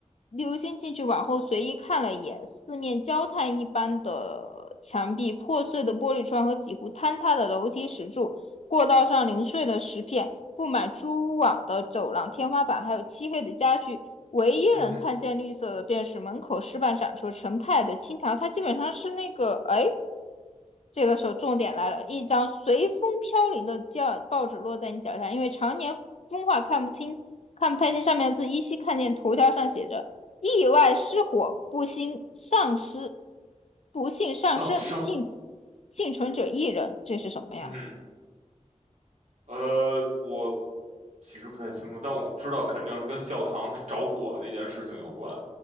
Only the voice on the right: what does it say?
嗯哼，
丧生。
嗯哼，呃，我其实不太清楚，但我知道肯定是跟教堂着火那件事情有关，